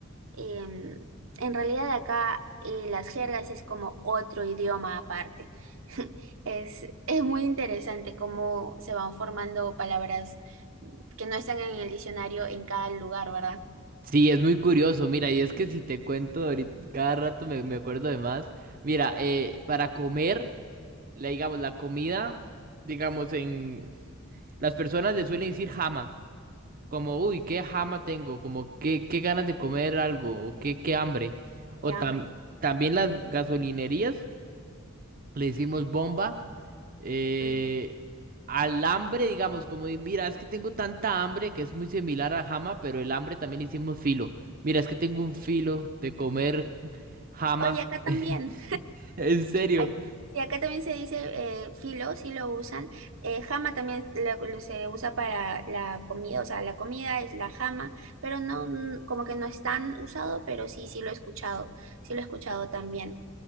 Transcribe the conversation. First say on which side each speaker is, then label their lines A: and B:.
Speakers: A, on the right; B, on the right.
A: em, en realidad acá eh, las jergas es como otro idioma aparte. <laughs> Es, es muy interesante cómo se van formando palabras que no están en el diccionario en cada lugar, ¿verdad?
B: Sí, es muy curioso. Mira, y es que si te cuento ahorita, cada rato me, me acuerdo de más. Mira, eh, para comer, la, digamos, la comida, digamos, en... Las personas le suelen decir jama. Como, uy, qué jama tengo. Como, qué, qué ganas de comer algo. O qué, qué hambre. O
A: Ya,
B: tam-
A: hombre.
B: también las gasolinerías. le hicimos bomba, eh,
A: Mm.
B: al hambre, digamos, como de, mira, es que tengo tanta hambre que es muy similar a jama, pero el hambre también le hicimos filo. Mira, es que tengo un filo de comer jama,
A: Oye, acá también.
B: <laughs> en serio.
A: Ac- sí, acá también se dice eh, filo, sí lo usan. Eh, jama también la- lo- se usa para la comida, o sea, la comida es la jama, pero no, mm, como que no es tan usado, pero sí, sí lo he escuchado, sí lo he escuchado también.